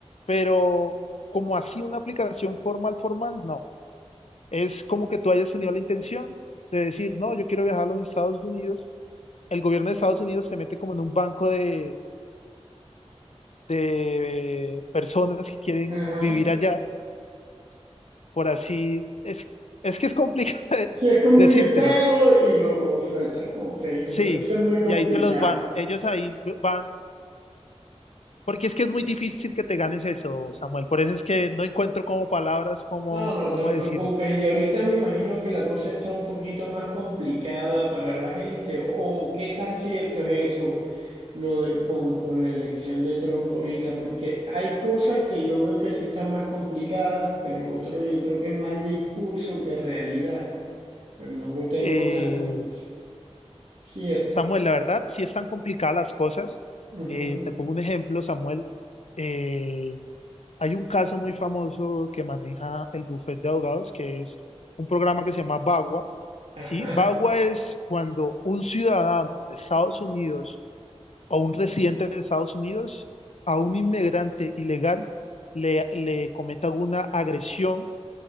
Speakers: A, on the left; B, on the right.
A: pero como así una aplicación formal, formal, no. Es como que tú hayas tenido la intención de decir, no, yo quiero viajar a los Estados Unidos. El gobierno de Estados Unidos se mete como en un banco de, de personas que quieren
B: Ajá.
A: vivir allá, por así, es, es que es complicado <laughs> de-
B: Sí, es como
A: decírtelo.
B: un listado y luego sueltan. Ok,
A: Sí,
B: pero eso es muy complicado.
A: y ahí te los van, ellos ahí van Porque es que es muy difícil que te ganes eso, Samuel. Por eso es que no encuentro como palabras cómo,
B: No, no
A: cómo
B: te preocupes.
A: decirlo.
B: Y ahorita me imagino que la cosa está un poquito más complicada para la gente. ¿O qué tan cierto es eso lo de- con, con la elección de Trump ahorita? Porque hay cosas que yo veo que sí están más complicadas, pero otro yo creo que es más discurso que realidad. pero no lo tengo
A: Eh,
B: tan cierto.
A: Samuel, la verdad, sí están complicadas las cosas.
B: Ujú,
A: Eh, te pongo un ejemplo, Samuel. Eh, hay un caso muy famoso que maneja el bufete de abogados, que es un programa que se llama Bagua.
B: Ajá.
A: ¿sí? Bagua es cuando un ciudadano de Estados Unidos a un residente de Estados Unidos, a un inmigrante ilegal, le, le cometa alguna agresión